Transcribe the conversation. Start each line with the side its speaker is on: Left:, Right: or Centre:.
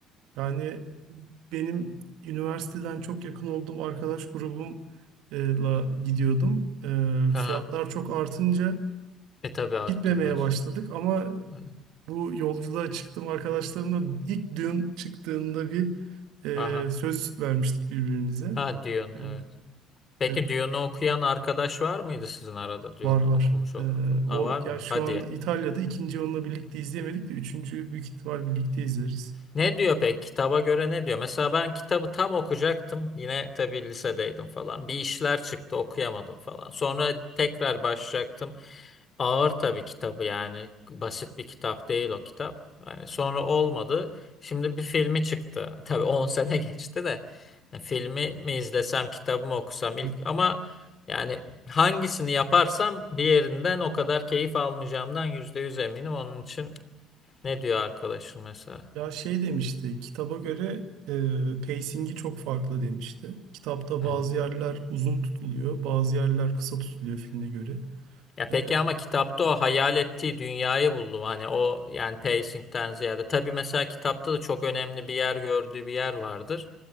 Right: yani benim üniversiteden çok yakın olduğum arkadaş grubumla gidiyordum. Ee,
Left: Aha.
Right: fiyatlar çok artınca
Left: E tabii arttı
Right: gitmemeye
Left: biraz.
Right: başladık ama
Left: Evet.
Right: bu yolculuğa çıktım arkadaşlarımla ilk düğün çıktığında bir
Left: Aha.
Right: e, söz vermiştik birbirimize.
Left: Ha Dune
Right: E,
Left: evet. Peki
Right: evet,
Left: Dune'u okuyan arkadaş var mıydı sizin arada Dune'u
Right: var var.
Left: okumuş olan
Right: E,
Left: falan? Ha
Right: o
Left: var mı?
Right: ya şu
Left: Hadi
Right: anda
Left: ya.
Right: İtalya'da ikinci onunla birlikte izleyemedik de üçüncüyü büyük ihtimal birlikte izleriz.
Left: Ne diyor pek? Kitaba göre ne diyor? Mesela ben kitabı tam okuyacaktım. Yine tabii lisedeydim falan. Bir işler çıktı okuyamadım falan. Sonra tekrar başlayacaktım. Ağır tabii kitabı yani. Basit bir kitap değil o kitap. Yani sonra olmadı. Şimdi bir filmi çıktı. <laughs> Tabii 10 sene <laughs> geçti de. Yani filmi mi izlesem, kitabı mı okusam ilk
Right: Hı.
Left: ama yani hangisini yaparsam diğerinden o kadar keyif almayacağımdan %100 eminim. Onun için ne diyor arkadaşın mesela?
Right: Ya şey demişti, kitaba göre e, pacing'i çok farklı demişti. Kitapta
Left: Hı
Right: bazı
Left: hı.
Right: yerler uzun tutuluyor, bazı yerler kısa tutuluyor filme göre.
Left: Ya peki
Right: E,
Left: ama kitapta o hayal ettiği dünyayı buldum. Hani o yani pacing'ten ziyade. Tabii mesela kitapta da çok önemli bir yer gördüğü bir yer vardır.